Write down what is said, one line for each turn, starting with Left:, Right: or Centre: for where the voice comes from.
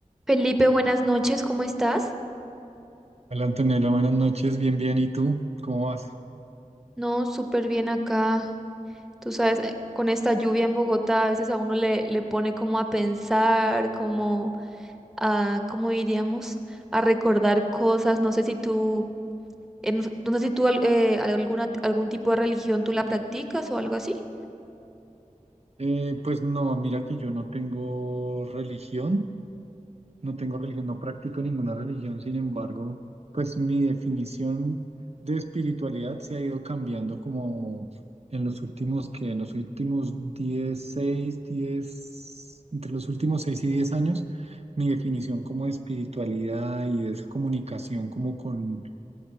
Centre: Felipe, buenas noches, ¿cómo estás?
Right: Hola Antonella, buenas noches, bien, bien, ¿y tú? ¿Cómo vas?
Centre: No, súper bien acá. Tú sabes, eh, con esta lluvia en Bogotá a veces a uno le, le pone como a pensar, como a, ¿cómo diríamos? A recordar cosas. No sé si tú, eh, no, s- no sé si tú al- eh, alguna, algún tipo de religión tú la practicas o algo así.
Right: Eh, pues no, mira que yo no tengo religión, no tengo religión, no practico ninguna religión, sin embargo, pues mi definición de espiritualidad se ha ido cambiando como en los últimos, que en los últimos diez, seis, 10, entre los últimos 6 y 10 años, mi definición como de espiritualidad y de esa comunicación como con